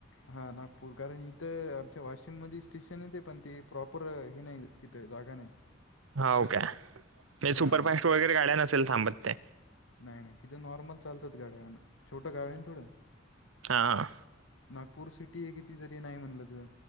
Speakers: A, on the left; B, on the right.
A: हा नागपूर कारण इथं आमच्या वाशिम मध स्टेशन येत पण ते प्रॉपर हे नाही तिथं जागा नाही
B: हा का नाही
A: हां
B: सुपरफास्ट वगैरे गाड्या नसेल ांबत ते
A: नाही नाही तिथं नॉर्मल चालतात गा्या ोटं गावं आहे ना थोडं
B: हा
A: नागपूर सिटी आहे किती जरी नाही म्हणलं तर